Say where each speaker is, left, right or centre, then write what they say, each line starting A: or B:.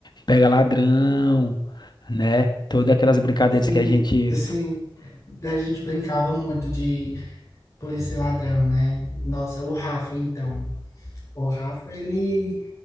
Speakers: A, on the left; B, on the left.
A: pega ladrão, né? Todas aquelas brincadeiras
B: Sim,
A: que a gente
B: assim, a gente brincava muito de polícia e ladrão, né? Nossa, o Rafa, então. O Rafa, ele